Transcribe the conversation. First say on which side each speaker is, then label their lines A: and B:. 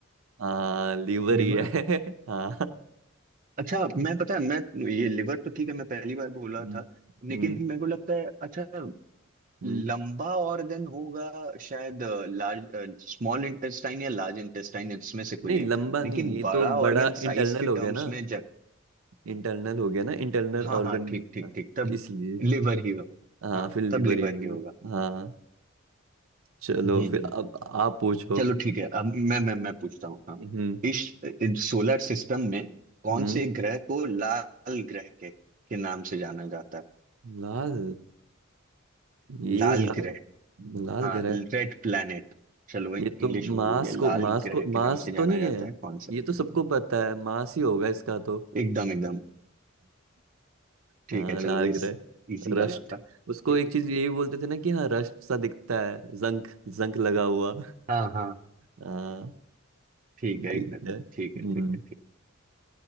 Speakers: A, on the right; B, on the right.
A: हाँ लीवर
B: liver
A: ही है <laughs> हाँ
B: अच्छा मैं पता है मैं ये लिवर तो ठीक है मैं पहली बार बोला
A: हम्म
B: था
A: हम्म
B: लेकिन मेरे को लगता है अच्छा
A: हम्म।
B: लंबा ऑर्गन होगा शायद लार्ज स्मॉल इंटेस्टाइन या लार्ज इंटेस्टाइन इसमें से कोई
A: नहीं लंबा
B: एक लेकिन
A: नहीं ये
B: बड़ा
A: तो
B: ऑर्गन
A: बड़ा इंटरनल
B: साइज के
A: हो गया
B: टर्म्स
A: ना
B: में जब
A: इंटरनल हो गया ना इंटरनल
B: हाँ
A: ऑर्गन
B: हाँ ठीक ठीक ठीक तब
A: इसलिए
B: लिवर ही होगा
A: हाँ
B: हाँ
A: फिर लीवर
B: तब लिवर
A: ही होगा
B: ही होगा
A: हाँ चलो
B: हम्म
A: फिर
B: हम्म।
A: अब आप पूछो
B: चलो ठीक है अब मैं मैं मैं पूछता हूँ हाँ
A: हम्म
B: इस सोलर सिस्टम में कौन
A: हम्म
B: से ग्रह को लाल ग्रह के, के नाम से जाना जाता है
A: लाल ये
B: लाल
A: लाल
B: ग्रह
A: लाल
B: हाँ
A: ग्रह
B: रेड प्लैनेट चलो इंग्लिश
A: ये तो
B: में
A: मांस
B: बोल दिया लाल
A: को मांस
B: ग्रह
A: को मांस
B: के नाम से जाना
A: तो नहीं
B: जाता
A: है
B: है कौन सा
A: ये तो सबको पता है मांस ही होगा इसका तो
B: एकदम एकदम ठीक
A: हाँ
B: है
A: लाल
B: चलो ये
A: ग्रह
B: इजी
A: रस्ट
B: वाला था
A: उसको
B: ठीक
A: एक
B: है
A: चीज
B: ठीक
A: यही बोलते थे ना कि हाँ रस्ट सा दिखता है जंक जंक लगा हुआ
B: हाँ हाँ
A: हाँ
B: ठीक है
A: ठीक
B: एकदम
A: है
B: ठीक है
A: हम्म,
B: ठीक है ठीक